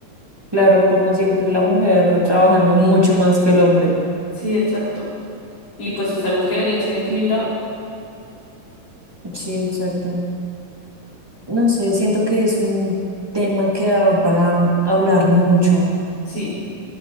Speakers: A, on the right; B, on the left.
A: Claro, como siempre la mujer trabajando mucho más que el hombre.
B: Sí, exacto. Y pues es algo que debería ser equilibrado.
A: Sí, exacto. No sé, siento que es un tema que da para hablar mucho.
B: Sí.